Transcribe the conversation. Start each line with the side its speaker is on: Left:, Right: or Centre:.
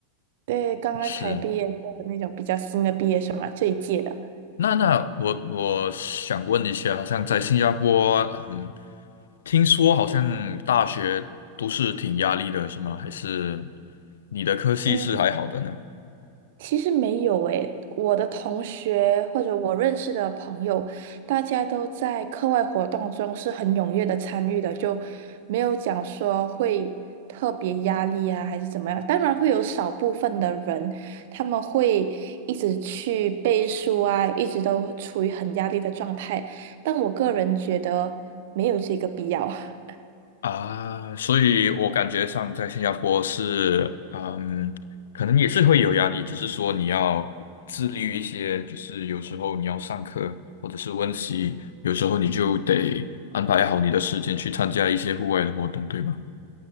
Right: 对，刚刚才毕业的那种比较新的毕业生嘛，
Left: 是。
Right: 这一届的。
Left: 那那我我想问一下，好像在新加坡，嗯，听说好像大学都是挺压力的，是吗？还是你的科系是还好的呢？
Right: 嗯，其实没有诶，我的同学或者我认识的朋友，大家都在课外活动中是很踊跃的参与的，就没有讲说会特别压力啊，还是怎么样。当然会有少部分的人，他们会一直去背书啊，一直都处于很压力的状态，但我个人觉得没有这个必要。<laughs>
Left: 啊，所以我感觉上在新加坡是，嗯，可能也是会有压力，只是说你要自律一些，就是有时候你要上课或者是温习，有时候你就得安排好你的时间去参加一些户外的活动，对吧？